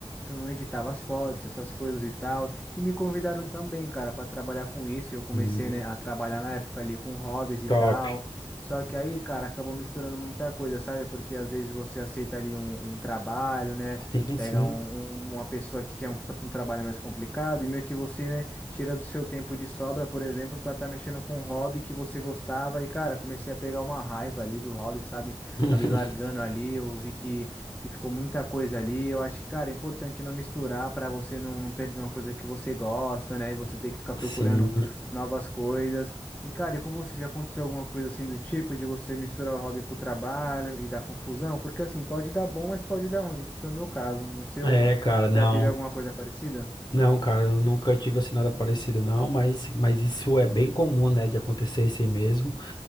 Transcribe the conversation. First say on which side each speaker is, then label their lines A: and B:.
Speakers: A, on the left (about 15°); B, on the left (about 45°).
A: Eu não editava as fotos, essas coisas e tal. E me convidaram também, cara, para trabalhar com isso. Eu comecei,
B: Hum,
A: né, a trabalhar na época ali com hobbies e
B: Top.
A: tal. Só que aí, cara, acabou misturando muita coisa, sabe? Porque às vezes você aceita ali um, um trabalho, né?
B: Sim,
A: Pega
B: sim.
A: um- um- uma pessoa que quer um, um trabalho mais complicado e meio que você, né, tira do seu tempo de sobra, por exemplo, pra estar mexendo com um hobby que você gostava. E, cara, comecei a pegar uma raiva ali do hobby, sabe?
B: <laughs>
A: Acabei largando ali, eu vi que, que ficou muita coisa ali. Eu acho que, cara, é importante não misturar pra você não, não perder uma coisa que você gosta, né? E você ter que ficar procurando
B: Sim.
A: novas coisas. E, cara, e com você já aconteceu alguma coisa assim do tipo de você misturar o hobby com o trabalho e dar confusão? Porque assim, pode dar bom, mas pode dar ruim, que foi o meu caso. No seu,
B: É, cara, não.
A: já teve alguma coisa parecida? <laughs>
B: Não, cara, eu nunca tive assim nada parecido, não, mas, mas isso é bem comum, né, de acontecer isso aí mesmo.